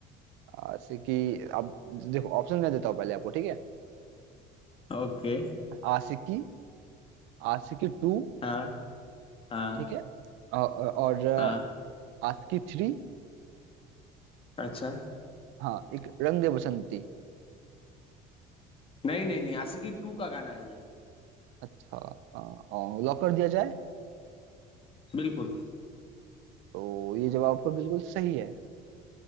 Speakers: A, on the right; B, on the left.
A: आ, जैसे कि आप देखो ऑप्शन मैं देता हूँ पहले आपको ठीक है
B: ओके
A: आशिकी आशिकी टू
B: हाँ हाँ
A: ठीक है अ- अ- और अ,
B: हाँ
A: आशिकी थ्री
B: अच्छा
A: हाँ एक रंग दे बसंती
B: नहीं नहीं नहीं आशिकी टू का गाना है ये
A: अच्छा अ, अ, लॉक कर दिया जाए
B: बिल्कुल
A: तो ये जवाब आपका बिल्कुल सही है